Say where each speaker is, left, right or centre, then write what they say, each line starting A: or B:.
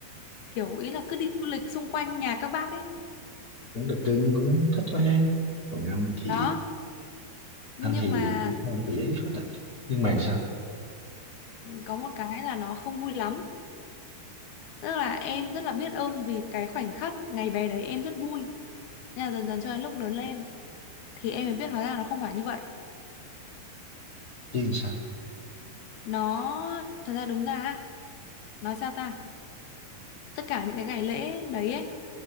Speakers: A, on the left; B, on the left.
A: kiểu ý là cứ đi du lịch xung quanh nhà các bác ấy
B: cũng được cưng cũng thích quá ha còn anh thì
A: đó
B: anh
A: nhưng
B: thì
A: mà
B: tuổi thơ anh bị ấy hết à nhưng mà sao
A: có một cái là nó không vui lắm tức là em rất là biết ơn vì cái khoảnh khắc ngày bé đấy em rất vui nhưng mà dần dần cho đến lúc lớn lên thì em mới biết hóa ra nó không phải như vậy
B: chứ làm sao
A: nó thật ra đúng ra á nói sao ta tất cả những cái ngày lễ đấy ấy